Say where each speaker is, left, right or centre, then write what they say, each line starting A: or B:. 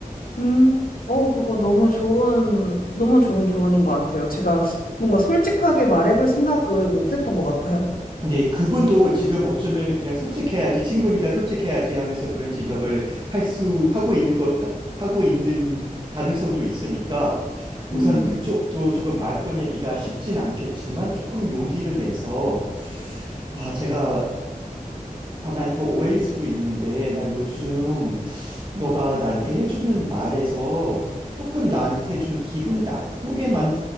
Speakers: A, on the left (about 85°); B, on the right (about 35°).
A: 음. 오, 그거 너무 좋은, 너무 좋은 조언인 것 같아요. 제가 뭔가 솔직하게 말해볼 생각을 못 했던 것 같아요.
B: 근데 그분도 지금 어쩌면은 그냥 솔직해야지 친구니까 솔직해야지 하면서 그런 지적을 할 수 하고 있는 거 하, 하고 있는 가능성도 있으니까 우선
A: 음,
B: 그쪽도 조금 말 꺼내기가 쉽진 않겠지만 조금 용기를 내서 아 제가 아, 난 이거 오해일 수도 있는데, 나 요즘 너가 나한테 해주는 말에서 조금 나한테 좀 기분 나쁘게 만,